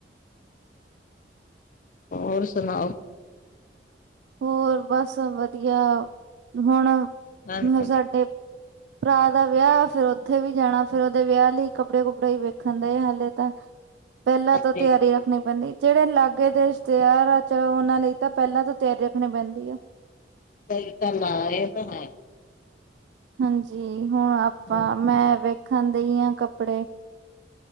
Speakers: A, on the left; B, on the right.
A: ਔਰ ਸੁਣਾਓ।
B: ਹੋਰ ਬਸ ਵਧੀਆ, ਹੁਣ
A: ਹਾਂਜੀ
B: ਸਾਡੇ ਭਰਾ ਦਾ ਵਿਆਹ, ਫਿਰ ਉੱਥੇ ਵੀ ਜਾਣਾ, ਫੇਰ ਉਹਦੇ ਵਿਆਹ ਲਈ ਕੱਪੜੇ-ਕੁੱਪੜੇ ਵੀ ਵੇਖਣ ਦਏ ਆਂ ਹਲੇ ਤਾਂ। ਪਹਿਲਾਂ
A: ਹਾਂਜੀ
B: ਤੋਂ ਤਿਆਰੀਆ ਮੈਂ ਕਹਿੰਦੀ, ਜਿਹੜੇ ਲਾਗੇ ਦੇ ਰਿਸ਼ਤੇਦਾਰ ਆ ਚਲੋ ਉਹਨਾਂ ਲਈ ਤਾਂ ਪਹਿਲਾਂ ਤੋਂ ਤਿਆਰੀ ਰੱਖਣੀ ਪੈਂਦੀ ਆ।
A: ਸਹੀ ਗੱਲ ਹੈ, ਇਹ ਤੇ ਹੈ।
B: ਹਾਂਜੀ ਹੁਣ ਆਪਾਂ,
A: ਹਾਂਜੀ
B: ਮੈਂ ਵੇਖਣ ਦੇਈ ਆਂ ਕੱਪੜੇ।